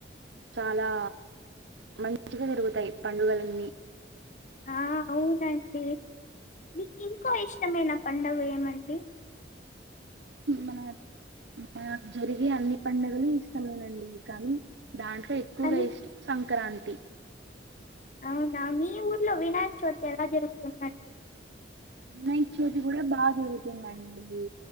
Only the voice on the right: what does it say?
చాలా మంచిగా జరుగుతాయి పండుగలన్నీ
మన మ జరిగే అన్ని పండగలు ఇష్టమేనండి కానీ దాంట్లో ఎక్కువగా
ఇష్టం సం సంక్రాంతి
వినాయక చవితి కూడా బాగా జరుగుతుందండి